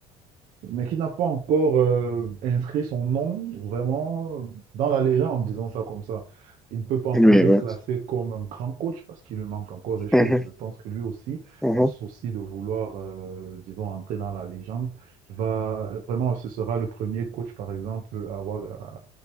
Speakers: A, on the right; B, in the centre.
A: mais qui n'a pas encore euh, inscrit son nom vraiment dans la légende, disons ça comme ça. Il ne peut pas encore
B: Oui,
A: être
B: oui.
A: classé comme un grand coach parce qu'il lui manque encore des choses.
B: Mm -hmm,
A: Je pense que lui aussi,
B: mm
A: par
B: -hmm,
A: souci de vouloir, euh, disons, entrer dans la légende, va vraiment, ce sera le premier coach, par exemple, à avoir à-